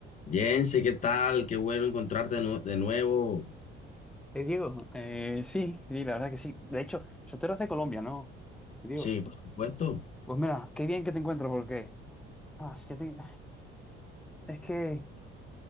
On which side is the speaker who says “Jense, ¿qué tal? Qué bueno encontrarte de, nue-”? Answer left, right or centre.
Left